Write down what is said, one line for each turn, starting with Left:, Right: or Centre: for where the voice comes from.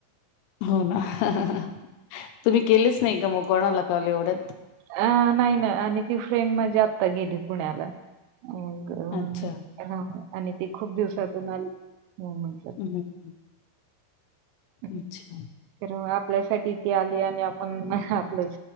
Left: हो ना हा हा हा हा तुम्ही केलेच नाही का मग कोणाला काॅल एवढ्यात
Right: अ नाही ना आणि ती फ्रेंड माझी आता गेली पुण्याला मग
Left: अच्छा
Right: ह आणि ती खूप दिवसातून आली म्हणून
Left: हम्म हम्म,
Right: <unintelligible>
Left: अच्छा
Right: तर आपल्यासाठी ती आली आणि आपण आपलंच